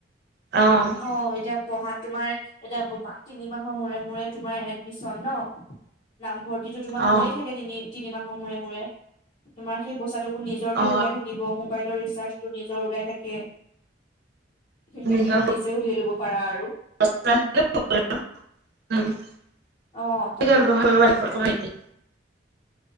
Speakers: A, on the right; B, on the left.
A: অ'।
B: অ' এতিয়া পঢ়াত তোমাৰ এতিয়া <unintelligible> তিনিমাহৰ মূৰে মূৰে তোমাৰ এডমিশন ন'? নামভৰ্তিটো তোমাৰ
A: অ
B: হৈয়ে থাকে তিনি তিনি মাহৰ মূৰে মূৰে। তোমাৰ সেই পইচাটো নিজৰটোৱে
A: অ
B: ওলাই থাকিব, মোবাইলৰ ৰিচাৰ্জটো নিজৰ ওলাই থাকে। সেইখিনি
A: নিজৰ
B: তুমি নিজে উলিয়াই ল'ব পাৰা আৰু।
A: <unintelligible>
B: অ তাকেতো